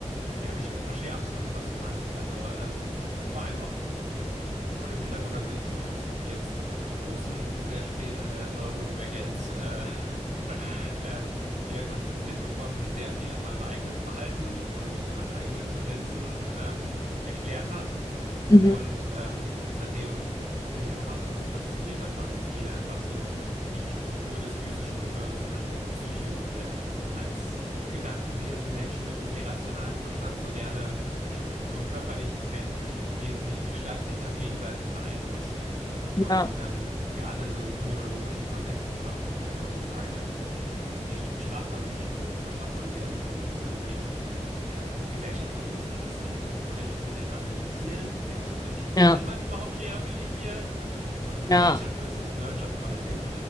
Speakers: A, on the right (about 85°); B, on the left (about 30°).
A: nee, aber ich verstehe absolut, was du meinst. Also ähm, vor allem auch <laughs> vor vor dem Hintergrund. Also ich habe jetzt vor kurzem sehr spät eine Neurodivergenz äh, <laughs> ähm, diagnostiziert bekommen, die sehr viel an meinem eigenen Verhalten und an meinen eigenen Tendenzen ähm, erklärt hat.
B: Mhm.
A: Und ähm, seitdem bin ich auch absolut fasziniert davon, wie viel einfach so die Struktur des physischen Gehirns an der Psyche, die wir als Gedankenwesen, Menschen mit irgendwie rationalem Verstand so gerne vom Körperlichen trennen, wie, wie, wie stark sich das gegenseitig beeinflusst. Und
B: Ja,
A: ähm, gerade in so einem kriminologischen Kontext ist dann auch äh, immer die Frage, ne, wie, wie bestraft man Menschen? So bestraft man sie damit, um, um irgendwie, irgendwie äh, um die Gesellschaft vor ihnen zu schützen? Versucht man Menschen zu rehabilitieren? Welche Menschen
B: ja,
A: kann man überhaupt rehabilitieren? Ne? So ein
B: ja.
A: Nature versus Nurture quasi.